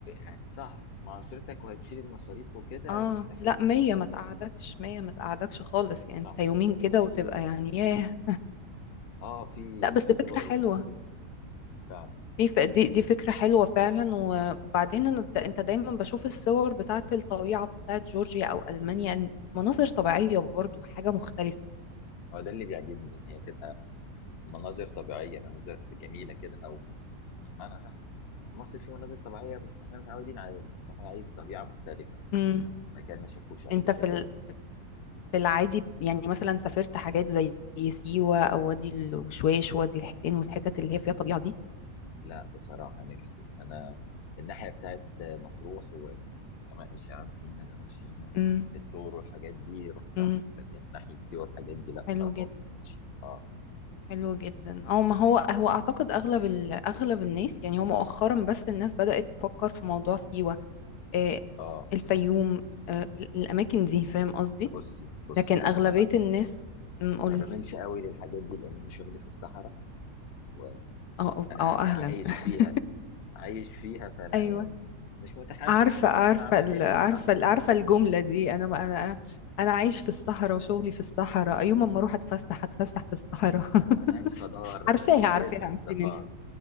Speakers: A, on the left (about 75°); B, on the left (about 60°).
A: يعني
B: صح مع أسرتك وهتشيل المصاريف وكده
A: اه
B: مستحيل
A: لا مية ما تقعدكش مية ما تقعدكش خالص يعني
B: صح
A: انت يومين
B: صح
A: كده
B: ففي
A: وتبقى يعني ياه
B: اه في
A: لا بس
B: في
A: فكرة
B: دول
A: حلوة
B: رخيصة فعلا
A: دي ف- دي دي فكرة حلوة فعلا وبعدين أنا د- انت دايما بشوف الصور بتاعت الطبيعة بتاعت جورجيا او المانيا إن مناظر طبيعية برضو حاجة مختلفة
B: هو ده اللي بيعجبني ان هي تبقى مناظر طبيعية مناظر جميلة كده او بمعنى صح مصر فيه مناظر طبيعية بس احنا متعودين عليها واحنا عايز طبيعة مختلفة
A: امم
B: مكان ما شافوش قبل
A: انت في
B: كده
A: ال- في العادي يعني مثلا سافرت حاجات زي سيوة او وادي الوشواش وادي الحيتان والحتت اللي هي فيها طبيعة دي
B: لا بصراحة نفسي انا الناحية بتاعت مطروح وكمان شمال سينا جنوب سينا
A: امم
B: الطور والحاجات دي رحتها
A: امم
B: لكن ناحية سيوة والحاجات دي لا
A: حلو
B: بصراحة
A: جدا
B: ما رحتهاش اه
A: حلو جدا او ما هو هو اعتقد اغلب ال- اغلب الناس يعني هو مؤخرا بس الناس بدأت تفكر في موضوع سيوة آه،
B: اه
A: الفيوم آه، الأماكن دي فاهم قصدي
B: بس بصي بصي
A: لكن أغلبية
B: انا ما ما
A: الناس أم، قولي
B: ما بعملش قوي للحاجات دي لان انا شغلي في الصحراء وانا
A: أو أو أو أهلا
B: عايش
A: <laughs>
B: فيها عايش فيها فانا
A: أيوة
B: يعني مش متحمس
A: عارفة
B: انا
A: عارفة
B: هروح اعمل
A: ال-
B: ايه في
A: عارفة
B: الصحراء
A: ال- عارفة الجملة دي أنا أنا أنا عايش في الصحراء وشغلي في الصحراء يوم ما أروح أتفسح
B: بالظبط
A: أتفسح في الصحراء <laughs>
B: اه انا عايز خضار
A: عارفاها
B: زيت
A: عارفاها
B: من الصفار
A: أنت منها